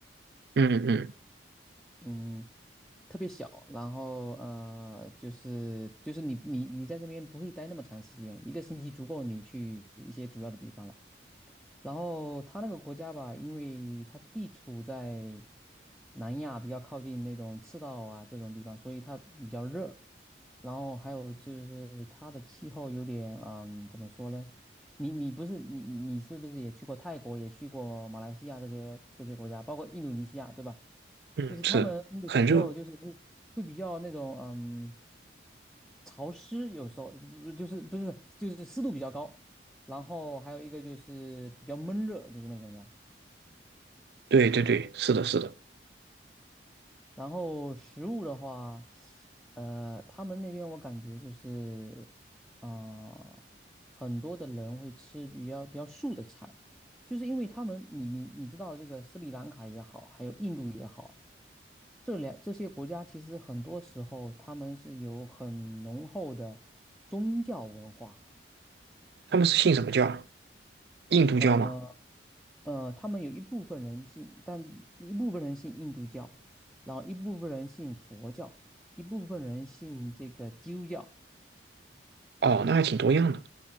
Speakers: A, on the right; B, in the centre.
A: 嗯嗯
B: 嗯，特别小，然后呃，就是就是你你你在这边不会待那么长时间，一个星期足够你去一些主要的地方了。然后它那个国家吧，因为它地处在南亚比较靠近那种赤道啊这种地方，所以它比较热。然后还有就是它的气候有点嗯，怎么说呢？你你不是你你是不是也去过泰国，也去过马来西亚这些这些国家，包括印度尼西亚，对吧？
A: 嗯，
B: 就是他们那个气候就是会会比较那种嗯
A: 是很热。
B: 潮湿，有时候不就是不是就是湿度比较高，然后还有一个就是比较闷热，就是那种的。
A: 对对对，是的，是的，
B: 然后食物的话，呃，他们那边我感觉就是，啊、很多的人会吃比较比较素的菜，就是因为他们，你你你知道这个斯里兰卡也好，还有印度也好，这两这些国家其实很多时候他们是有很浓厚的宗教文化。
A: 他们是信什么教啊印度教吗？
B: 呃呃，他们有一部分人信，但一部分人信印度教，然后一部分人信佛教，一部分人信这个基督教，
A: 哦，那还挺多样的。